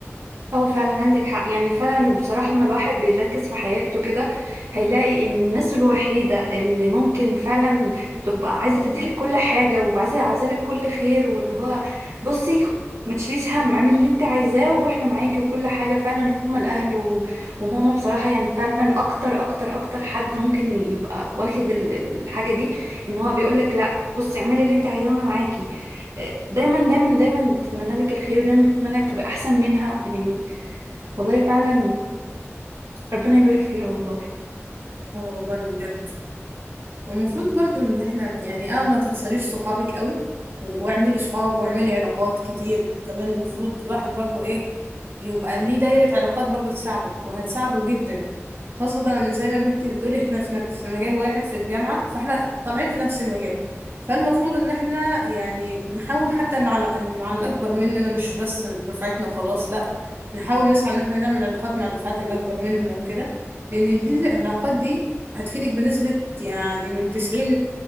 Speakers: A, on the right (about 80°); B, on the right (about 45°).
A: اه فعلا عندك حق يعني فعلا بصراحة لما الواحد بيركز في حياته كده هيلاقي ان الناس الوحيدة اللي ممكن فعلا تبقى عايزة تديلك كل حاجة وعايزة عايزالك كل خير واللي هو بصي خ- ما تشيليش هم اعملي اللي انت عايزاه واحنا معاكي وكل حاجة فعلا هما الاهل و- وماما بصراحة يعني فعلا اكتر اكتر اكتر حد ممكن يبقى واخد ال- الحاجة دي ان هو بيقولك لا بصي اعملي اللي انت عايزاه وانا معاكي آه، دايما دايما دايما تتمنى لك الخير ودايما تتمنى لك تبقى احسن منها يعني والله فعلا ربنا يبارك فيها والله
B: اه والله بجد والمفروض برضو ان احنا يعني اه ما تخسريش صحابك قوي و- واعملي صحاب واعملي علاقات كتير كمان المفروض الواحد برضو ايه يبقى ليه دايرة علاقات برضو تساعده وهتساعده جدا خاصة إن زي ما بنتي بتقولي احنا في ن- في مجال واحد في الجامعة فاحنا طالعين في نفس المجال فالمفروض ان احنا يعني نحاول حتى مع ال- مع الاكبر مننا مش بس دفعتنا وخلاص لا نحاول نسعى ان احنا نعمل علاقات مع الدفعات الاكبر مننا وكده لان دي العلاقات دي هتفيدك بنسبة يعني من 90